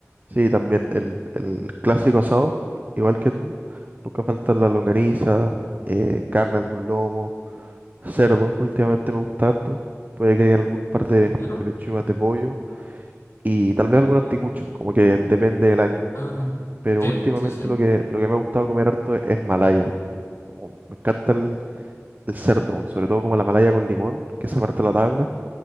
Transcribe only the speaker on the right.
Sí, también el, el clásico asado, igual que tú, nunca falta la longaniza, eh, carne, algún lomo. cerdo, últimamente me gusta harto. Puede que haya algún par de,
de pechugas de pollo y tal vez algún anticucho, como que depende del año.
Pero
últimamente
lo que, lo que me ha gustado comer harto es, es malaya. Como, como me encanta el, el cerdo, bueno, sobre todo como la malaya con limón, que se parte la tabla,